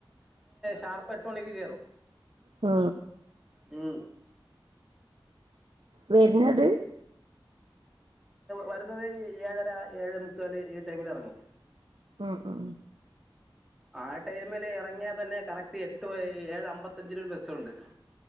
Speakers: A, in the centre; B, on the right.
A: കാലത്തെട്ട് മണിക്ക് കേറും
B: ആ
A: ഉം
B: വര്ണത്
A: വരുന്നത് ഏഴര ഏഴര മുക്കാല് ഈ ടൈമിലെറങ്ങും
B: ആ ആ
A: ആ ടൈമില് ഇറങ്ങിയാ തന്നെ കറക്റ്റ് എട്ട് ഏഴ് അമ്പത്തഞ്ച്നൊരു ബസുണ്ട്